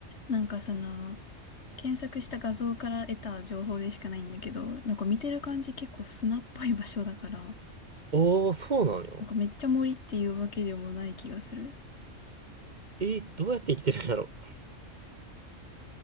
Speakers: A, on the left (about 60°); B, on the right (about 40°).
A: なんかその、検索した画像から得た情報でしかないんだけど、なんか見てる感じ結構砂っぽい場所だから、
B: おー、そうなのよ。
A: なんかめっちゃ森っていうわけでもない気がする。
B: え、どうやって生きてるんだろう。